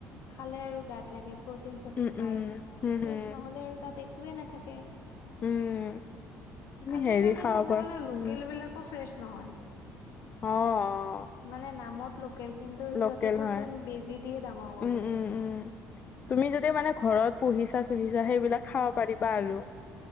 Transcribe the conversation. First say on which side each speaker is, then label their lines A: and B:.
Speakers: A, on the left; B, on the left.
A: খালে আৰু গাত লাগে। প্ৰ'টিন চ'টিন
B: উম
A: পায়
B: উম হম হম
A: ফ্ৰেছ নহ'লে আৰু তাত একোৱেই নাথাকে।
B: উম তুমি
A: আজিকালি
B: হেৰি খাব
A: ক'ব
B: পাৰা
A: গলে লোকেল
B: উম
A: বিলাকো ফ্ৰেছ নহয়।
B: অঁ।
A: মানে নামত লোকেল কিন্তু সিহঁতকো
B: লোকেল হয়
A: চেম বেজী দিয়ে ডাঙৰ কৰে।
B: উম উম উম তুমি যদি মানে ঘৰত পুহিছা চুহিছা সেইবিলাক খাব পাৰিবা আৰু।